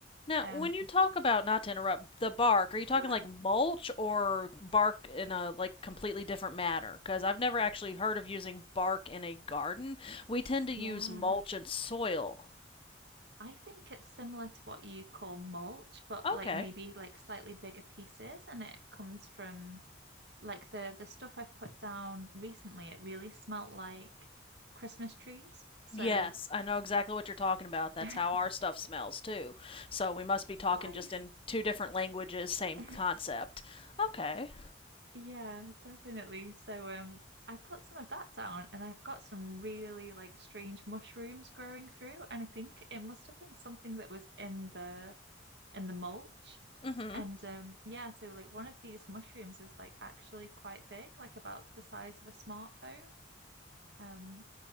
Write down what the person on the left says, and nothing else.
Now,
when you talk about not to interrupt the bark, are you talking
like mulch or bark in a like completely different matter? Because I've never actually heard of using bark in a garden. We tend to use
mulch and soil.
Okay.
Yes, I know exactly what you're talking about. That's
how our stuff smells too. So we must be talking
just in two different languages, same
concept. Okay.
Mm-hmm.